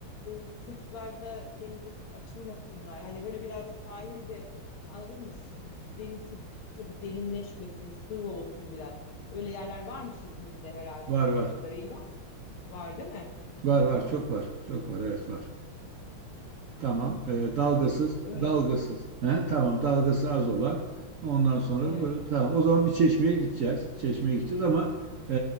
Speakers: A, on the left; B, on the right.
A: e, çocuklar da denizde çok açılmasınlar. Hani böyle biraz sahili de anladın mı? S- Deniz çok çabuk derinleşmesin, sığ olsun biraz. Öyle yerler varmış İzmir'de herhalde
B: var
A: bildiğim
B: var.
A: kadarıyla. Var değil mi?
B: Var var çok var. Çok var evet var. Tamam. e, dalgasız,
A: Yani öyle
B: dalgasız.
A: bir şey olsun.
B: He, tamam, dalgası az olan. Ondan sonra
A: Evet.
B: böyle, tamam. O zaman bir çeşmeye gideceğiz. Çeşmeye gideceğiz ama e,